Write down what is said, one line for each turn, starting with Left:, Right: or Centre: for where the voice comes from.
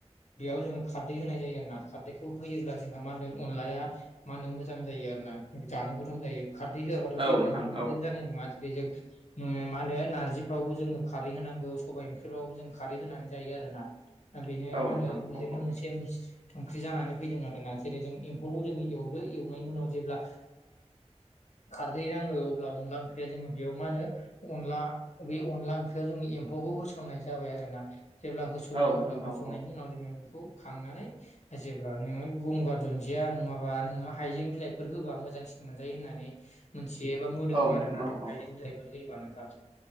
Left: बेयाव जोङो खारदै होनाय जायो आरो ना खारदैखौ होयोब्ला जोंहा मा होनदों अनलाया मा होनो मोजां जायो आरो ना जानो गोथाव जायो खारदै होआबाथ'
Right: औ
Left: बे
Right: नोंथां
Left: अन्ला ओंख्रियानो
Right: औ
Left: जानाय नङा जेरै जों मा होनो नारजिफ्रावबो जोङो खारै होनांगौ सबायाइ ओंख्रिफ्रावबो जों खारै होनानै जायो आरो ना बेनो
Right: औ
Left: मा
Right: औ
Left: होनो
Right: नोंथां औ
Left: बेजोंनो
Right: औ
Left: मोनसे संख्रि जानानै फैदों आर ना जेरै जों एम्फौखौ जोंङ एवदो एवनायनि उनाव जेब्ला खारदै नङो अब्ला अनला ओंख्रिया जोङो बेयाव मा होनो अनला बे अनला ओंख्रियाव जों एम्फौखौ होसननाय जाबाय आरो ना जेब्ला होस'नो
Right: औ नोंथां
Left: अब्ला होसननायनि
Right: औ औ
Left: उनाव जोङो बेखौ खांनानै जेब्ला नोङो गंगार दुन्दिया नङाबा नोङो हायजें बिलाइफोर होबा मोजांसिन मोनजायो होननानै मोनथिबा मोदोमो
Right: औ नोंथां
Left: आरोना
Right: औ
Left: जों
Right: औ
Left: हाइजें बिलाइफोर होयोबा नोंथां